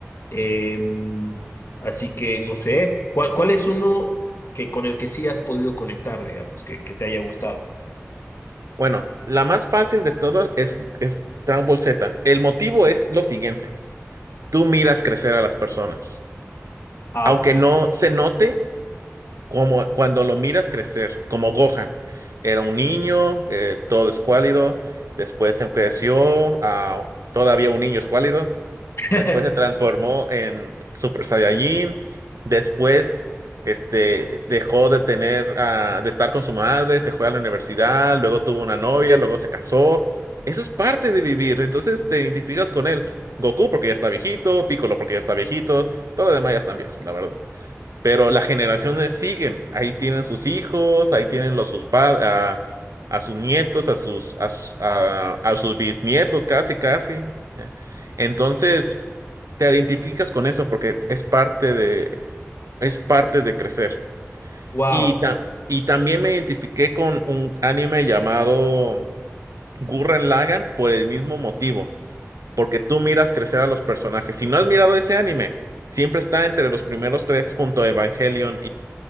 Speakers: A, on the left; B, on the right.
A: Eh, así que no sé, ¿cuál, cuál es uno que con el que sí has podido conectar, digamos, que, que te haya gustado?
B: Bueno, la más fácil de todas es, es Dragon Ball Z. El motivo es lo siguiente. Tú miras crecer a las personas.
A: Ah,
B: Aunque
A: ok.
B: no se note, como cuando lo miras crecer, como Gohan. Era un niño, eh, todo escuálido, después se creció a todavía un niño escuálido,
A: <laughs>
B: después se transformó en Super Saiyajin, después este, dejó de tener, ah, de estar con su madre, se fue a la universidad, luego tuvo una novia, luego se casó. Eso es parte de vivir, entonces te identificas con él. Goku porque ya está viejito, Piccolo porque ya está viejito, todos los demás ya están viejos, la verdad. Pero las generaciones siguen, ahí tienen sus hijos, ahí tienen los, sus padres, a, a sus nietos, a sus, a, sus a- a sus bisnietos, casi, casi. ¿ya? Entonces, te identificas con eso porque es parte de, es parte de crecer.
A: Wow.
B: Y, ta- y también me identifiqué con un anime llamado Gurren Lagann por el mismo motivo, porque tú miras crecer a los personajes. Si no has mirado ese anime, siempre está entre los primeros tres junto a Evangelion